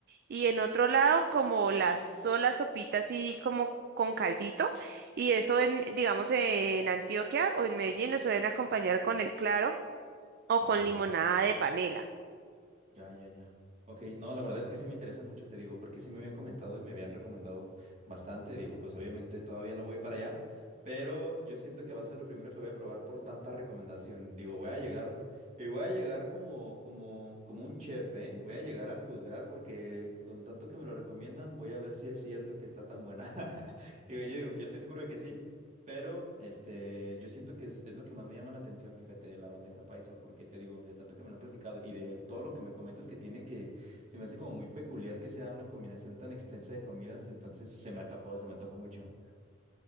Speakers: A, on the right (about 55°); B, on the right (about 40°).
A: y en otro lado como las solas sopitas así como con caldito y eso en, digamos, en Antioquia o en Medellín lo suelen acompañar con el claro o
B: Ok.
A: con limonada de panela.
B: Ya, ya, ya. Ok, no, la verdad es que sí me interesa mucho, te digo, porque sí me habían comentado y me habían recomendado bastante. Digo, pues obviamente todavía no voy para allá, pero yo siento que va a ser lo primero que voy a probar por tanta recomendación. Digo, voy a llegar y voy a llegar como, como, como un chef, ¿eh? Voy a llegar a juzgar porque con tanto que me lo recomiendan, voy a ver si es cierto que está tan buena. <laughs> Digo, yo digo, yo estoy seguro de que sí. Pero este, yo siento que es, es lo que más me llama la atención, fíjate, de la bandeja paisa, porque te digo, de tanto que me lo han platicado y de todo lo que me comentas que tiene que, se me hace como muy peculiar que sea una combinación tan extensa de comidas, entonces se me antojó, se me antojó mucho.